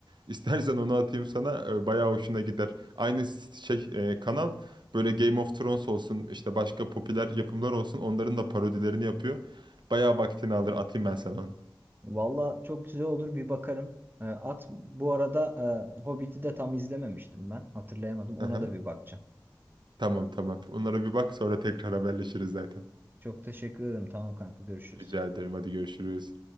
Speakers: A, on the right; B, on the right.
A: İstersen onu atayım sana. e, Bayağı hoşuna gider. Aynı s- şey e, kanal böyle Game of Thrones olsun işte başka popüler yapımlar olsun onların da parodilerini yapıyor. Bayağı vaktini alır atayım ben sana onu.
B: Valla çok güzel olur bir bakarım. E, at bu arada e, Hobbit'i de tam izlememiştim ben. Hatırlayamadım. Ona
A: Aha.
B: da bir bakacağım.
A: Tamam tamam. Onlara bir bak sonra tekrar haberleşiriz zaten.
B: Çok teşekkür ederim. Tamam kanka görüşürüz.
A: Rica ederim hadi görüşürüz.